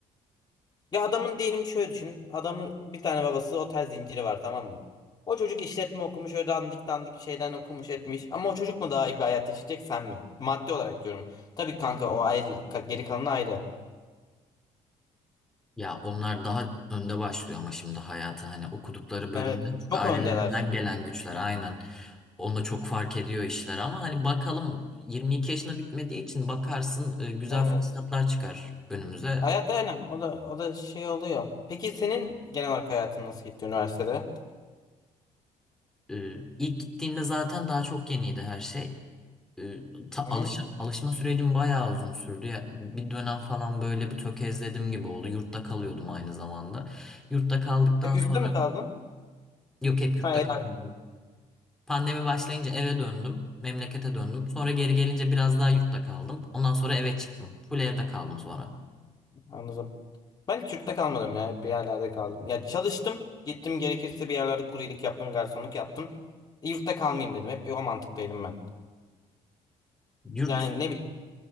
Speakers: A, on the left; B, in the centre.
A: ya adamın diyelim şöyle düşün. Adamın bir tane babası otel zinciri var tamam mı? O çocuk işletme okumuş öyle dandik dandik şeyden okumuş etmiş. Ama o çocuk mu daha iyi bir hayat yaşayacak sen mi? Maddi olarak diyorum. Tabii kanka o ayrı ka- geri kalanı ayrı.
B: Ya onlar daha önde başlıyor ama şimdi hayata hani okudukları bölümden
A: Evet.
B: çok
A: Çok
B: ailelerinden
A: öndeler.
B: gelen güçler aynen. Onda çok fark ediyor işler ama hani bakalım 22 yaşına bitmediği için bakarsın e, güzel
A: Evet.
B: fırsatlar çıkar önümüze.
A: Hayat aynen o da o da şey oluyor. Peki senin genel olarak hayatın nasıl gitti üniversitede?
B: E, İlk gittiğimde zaten daha çok yeniydi her şey. E, ta-
A: Hı
B: alışa-
A: hı.
B: alışma sürecim bayağı uzun sürdü. Ya, bir dönem falan böyle bir tökezledim gibi oldu. Yurtta kalıyordum aynı zamanda. Yurtta kaldıktan
A: Hep
B: sonra
A: yurtta mı kaldın?
B: yok hep yurtta
A: Hayır.
B: kaldım. Pandemi başlayınca eve döndüm. Memlekete döndüm. Sonra geri gelince biraz daha yurtta kaldım. Ondan sonra eve çıktım. Full evde kaldım sonra.
A: Anladım. Ben hiç yurtta kalmadım ya. Hep bir yerlerde kaldım. Ya çalıştım. Gittim gerekirse bir yerlerde kuryelik yaptım, garsonluk yaptım. E, Yurtta kalmayayım dedim. Hep bir o mantıktaydım ben.
B: Yurt
A: Yani ne bileyim.